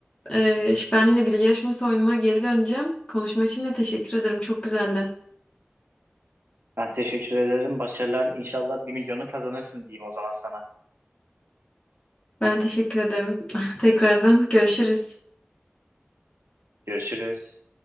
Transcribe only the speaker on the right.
Ben teşekkür ederim. Başarılar. İnşallah bir milyonu kazanırsın diyeyim o zaman sana.
Görüşürüz.